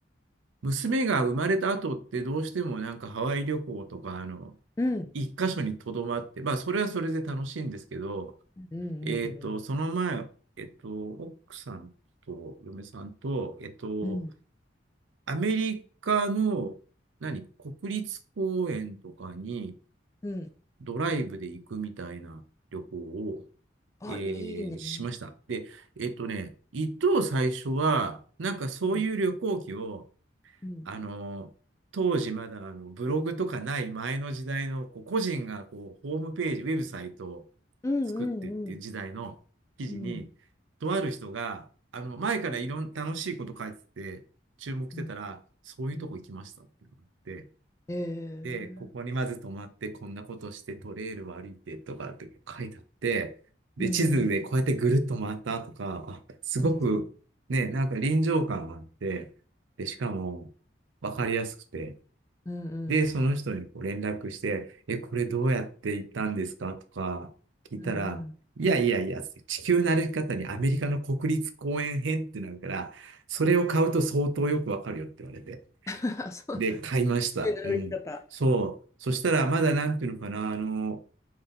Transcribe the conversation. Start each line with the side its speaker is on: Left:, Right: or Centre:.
Right: 娘が生まれた後ってどうしてもなんかハワイ旅行とか、あの、
Left: うん。
Right: 一箇所にとどまって、まあ、それはそれで楽しいんですけど、
Left: うんうん
Right: えっと、その前、えっと、奥さんと嫁さんと、えっと、
Left: うんうん。
Right: アメリカの、何、国立公園とかに
Left: うん。うん
Right: ドライブで行くみたいな旅行を、
Left: あ、
Right: え
Left: いいね。
Right: ーしました。で、えっとね、一等最初は、なんかそういう旅行記を、
Left: うん。うん。
Right: あの、当時まだあのブログとかない前の時代のこう個人がこうホームページ、ウェブサイトを
Left: うんうんうん。
Right: 作ってっていう時代の記事に、
Left: うん
Right: とある人が、あの、前からいろんな楽しいこと書いてて、注目してたら、
Left: うん、
Right: そういうとこ行きましたっていうのがあって
Left: うん。ええ
Right: で、ここにまず泊まって、こんなことして、トレイルを歩いてとかって書いてあって、で、
Left: うんうん
Right: 地図でこうやってぐるっと回ったとか、あ、すごく、
Left: うん
Right: ね、なんか臨場感があって、で、しかも、わかりやすくて、
Left: うんうんうん
Right: で、その人にこう連絡して、え、これどうやって行ったんですかとか聞いたら、
Left: うんうん
Right: いやいやいや、地球の歩き方にアメリカの国立公園編ってなるから、それを買うと相当よくわかるよって言われて。
Left: <laughs> あ、そうだ地球の歩き方。
Right: で、買いました。うん。そう。そしたら、まだなんていうのかな、あの、